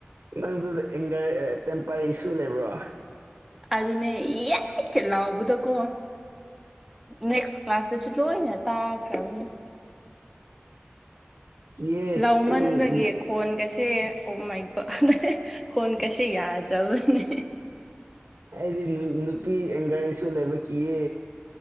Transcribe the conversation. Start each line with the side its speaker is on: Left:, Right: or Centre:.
Right: ꯅꯪꯁꯨ ꯑꯦꯡꯒꯔ ꯑꯥ ꯇꯦꯝꯄꯔ ꯏꯁꯨ ꯂꯩꯕ꯭ꯔꯣ
Centre: ꯑꯗꯨꯅꯦ ꯌꯥꯏꯠ ꯀꯥ ꯂꯥꯎꯕꯗꯀꯣ ꯅꯦꯛꯁ ꯀ꯭ꯂꯥꯁꯇꯁꯨ ꯂꯣꯏꯅ ꯇꯥꯈ꯭ꯔꯕꯅꯤ
Right: ꯀꯤꯍꯦ
Centre: ꯂꯥꯎꯃꯟꯕꯒꯤ
Right: ꯑꯩꯗꯤ
Centre: ꯈꯣꯟꯒꯁꯦ ꯑꯣ ꯃꯥꯏ ꯍꯣꯗ ꯑꯗ ꯈꯣꯟ ꯀꯁꯦ ꯌꯥꯗ꯭ꯔꯕꯅꯦ
Right: ꯑꯩꯗꯤ ꯅꯨꯄꯤ ꯑꯦꯡꯒꯔ ꯏꯁꯨ ꯂꯩꯕ ꯀꯤꯌꯦ